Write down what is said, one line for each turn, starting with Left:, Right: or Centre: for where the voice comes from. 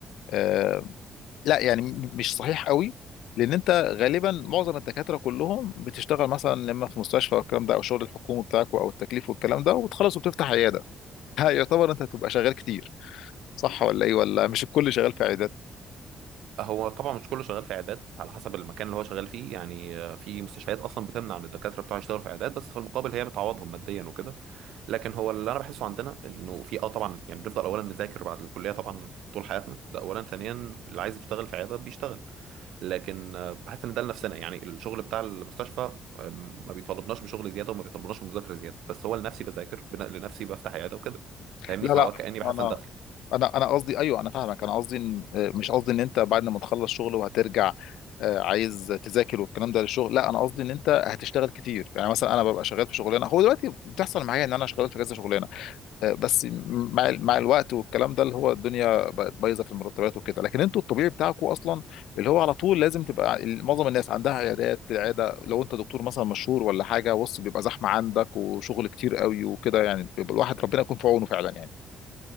Left: آه لا يعني م- مش صحيح قوي لان انت غالبا معظم الدكاتره كلهم بتشتغل مثلا لما في مستشفى والكلام ده او شغل الحكومي بتاعك او التكليف والكلام ده وبتخلص وبتفتح عياده <laughs> ها، يعتبر انت هتبقى شغال كتير صح ولا ايه ولا مش الكل شغال في عيادات
Right: هو طبعا مش كله شغال في عيادات على حسب المكان اللي هو شغال فيه يعني آه، في مستشفيات اصلا بتمنع ان الدكاتره بتوعها يشتغلوا في عيادات بس في المقابل هي بتعوضهم ماديا وكده لكن هو اللي انا بحسه عندنا انه في اه طبعا يعني بنفضل اولا نذاكر بعد الكليه طبعا طول حياتنا ده اولا ثانيا اللي عايز يشتغل في عياده بيشتغل لكن آه، بحس ان ده لنفسنا يعني الشغل بتاع المستشفى آه، ما بيطالبناش بشغل زياده وما بيطالبناش بمذاكره زياده بس هو لنفسي بذاكر بن- لنفسي بفتح عياده وكده فاهمني
Left: لا
Right: فهو
Left: لا
Right: كاني بحسن
Left: انا
Right: دخل
Left: انا انا قصدي ايوه انا فاهمك انا قصدي إن- آه، مش قصدي ان انت بعد ما تخلص شغل وهترجع آه، عايز تذاكر والكلام ده للشغل لا انا قصدي ان انت هتشتغل كتير يعني مثلا انا ببقى شغال في شغلانه هو دلوقتي بتحصل معايا ان انا شغال في كذا شغلانه آه، بس م- مع ال- مع الوقت والكلام ده اللي هو الدنيا بقت بايظه في المرتبات وكده لكن انتوا الطبيعي بتاعكم اصلا اللي هو على طول لازم تبقى ال- معظم الناس عندها عيادات العياده لو انت دكتور مثلا مشهور ولا حاجه بص بيبقى زحمه عندك وشغل كتير قوي وكده يعني بيبقى الواحد ربنا يكون في عونه فعلا يعني